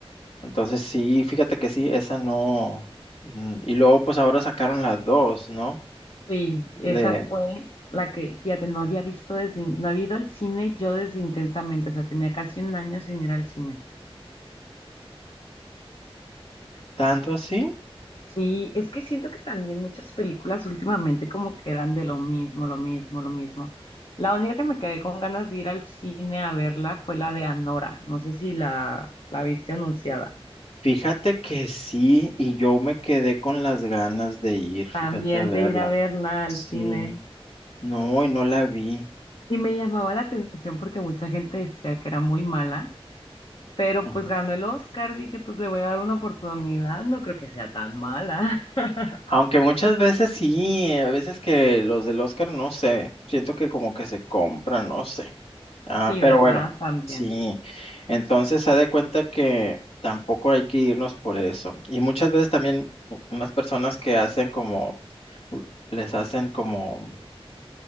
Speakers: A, on the left; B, on the left.
A: Entonces sí, fíjate que sí, esa no. mm, Y luego pues ahora sacaron las dos, ¿no?
B: Sí,
A: Le...
B: esa fue la que, fíjate, no había visto desde, no había ido al cine yo desde Intensamente, o sea, tenía casi un año sin ir al cine.
A: ¿Tanto así?
B: Sí, es que siento que también muchas películas últimamente como que eran de lo mismo, lo mismo, lo mismo. La única que me quedé con ganas de ir al cine a verla fue la de Anora, no sé si la, la viste anunciada.
A: Fíjate que sí, y yo me quedé con las ganas de ir, fíjate
B: También
A: a verla.
B: de ir a verla
A: Sí,
B: al cine.
A: no, y no la vi.
B: Y me llamaba la atención porque mucha gente decía que era muy mala. Pero
A: Ujú.
B: pues ganó el Oscar, dije, pues le voy a dar una oportunidad, no creo que sea tan mala. <laughs>
A: Aunque muchas veces sí, a veces que los del Oscar, no sé, siento que como que se compran, no sé. Ah,
B: Sí,
A: pero
B: ¿verdad?
A: bueno,
B: También.
A: sí. Entonces, haz de cuenta que tampoco hay que irnos por eso. Y muchas veces también u- unas personas que hacen como, les hacen como,